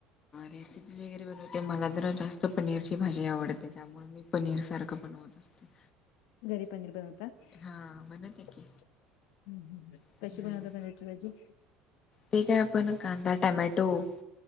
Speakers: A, on the left (about 30°); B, on the left (about 80°).
A: रेसिपी वगैरे बनवते मला तरर जास्त पनीरची भाजी आवडते त्यामुळे मी पनीर सारखं बनवत असते
B: घरी पनीर बनवता हम
A: हा बनवते की
B: हम ह
A: हम्म
B: कशी बनवता तुम्ही? <unintelligible>
A: ते काय आपण कांदा टोमॅटो --